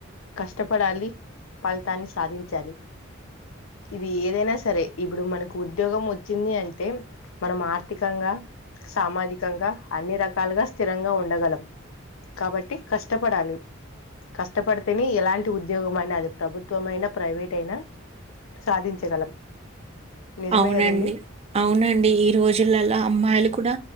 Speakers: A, on the left; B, on the right.
A: కష్టపడాలి ఫలితాన్ని సాధించాలి ఇది ఏదైనా సరే ఇప్పుడు మనకు ఉద్యోగం వచ్చింది అంటే మనం ఆర్థికంగా సామాజికంగా అన్ని రకాలుగా స్థిరంగా ఉండగలం కాబట్టి కష్టపడాలి కష్టపడితేనే ఎలాం లా ఉద్యోగమనా అది ప్రభుత్వమయినా ప్రైవేట్ అయినా సాధించగలం నిజమే
B: అవునండి.
A: కదండి
B: అవునండి. ఈ రోజులల్ల అమ్మాయిలు కూడా